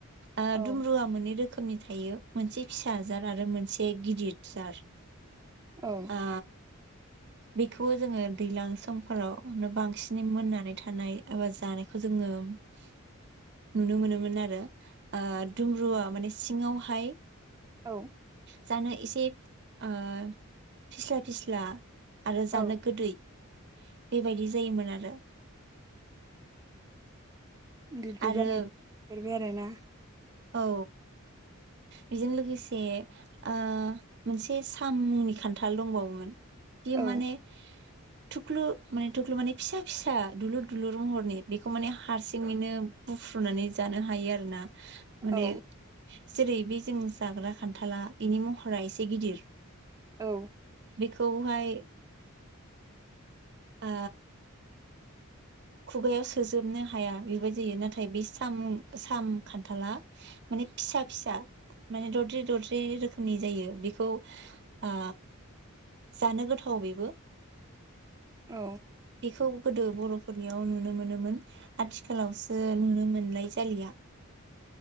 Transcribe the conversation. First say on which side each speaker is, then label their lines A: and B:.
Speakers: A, on the right (about 55°); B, on the right (about 15°).
A: ओ
B: औ
A: दुम्रुआ मोनै रोखोमनि था थायो मोनसे फिसा जार आरो मोनसे गिदिद जार
B: औ
A: ओ बेखौबो जोङो दैज्लां समफोरावनो बांसिनै मोननानै थानाय एबा जानायखौ जोङो नुनो मोनोमोन आरो। आ दुम्रुआ माने सिङावहाय
B: औ।
A: जानो एसे ओ फिस्ला फिस्ला। आरो जानो
B: औ
A: गोदै। बेबायदि जायोमोन आरो
B: बिबदिबा
A: आरो
B: <unintelligible> बे आरोना।
A: औ बेजों लोगोसे ओ मोनसे साम मुंनि खान्थाल दंबावोमोन। बि
B: औ
A: माने थुख्लु माने थुख्लु माने फिसा फिसा दुलुर दुलुर महरनि बेखौ माने हारसिङैनो बुफ्रुनानै जानो हायो आरोना। माने
B: औ
A: जेरै बे जों जाग्रा खान्थाला बिनि महरा एसे गिदिर
B: औ।
A: बेखौहाय ओ खुगायाव सोजोबनो हाया बेबायदि जायो नाथाय बे सामु साम खान्थाला माने फिसा फिसा माने दद्रे दद्रे रोखोमनि जायो बेखौ ओ जानो गोथाव बेबो।
B: औ।
A: बेखौ गोदो बर'फोरनियाव नुनो मोनोमोन आथिखालावसो नुनो मोननाय जालिया।